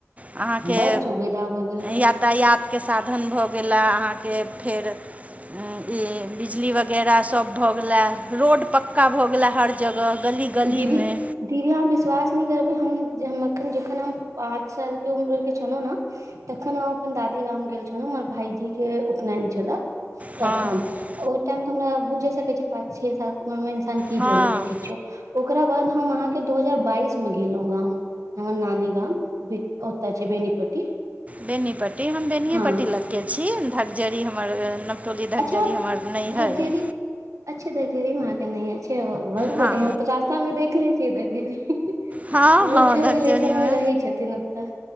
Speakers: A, on the right (about 25°); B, on the right (about 80°).
A: अहाँके
B: बड़ सुविधा भऽ गेल छै
A: यातायात के साधन भ गेलै अहा के फेर इ बिजली बगैरह भऽ गेलै रोड पक्का भऽ गेलै हर जगह गली-गलीमे
B: दीदी दीदी अहाँ विश्वास नहि करबै हम जहन मखन जखन हम पाँच साल के उम्र के छलहुँ न तखन हम अपन दादी गाम गेल छलउ हमर भाईजी के उपनेन छले।
A: हँ
B: तखन ओहि टाइम तऽ हमरा बुझे सकै छी पाँच छे साल के उमर मे इंसान की
A: हँ
B: जनते किछो ओकरा बाद हम अहाँके दू हजार बाइस में गेल्लो गाँंव हमर नानी गाम <unintelligible> ओत छै बेनीपट्टी
A: बेनीपट्टी हम बेनिए
B: हँ
A: पट्टी लग के छी धकजरी हमर नब टोली धकजड़ी
B: अच्छा
A: हमर नईहर
B: धकजरी
A: अय।
B: अच्छा धकजरी में अहा के नईहर छय बहुत
A: हँ
B: बढ़िया हम त रास ता में देखलेने छियै दग्जरी
A: हँ
B: हमरो
A: हँ
B: किओ
A: धकजरीमे
B: रिलेशन मे रहै छथिन ओतऽ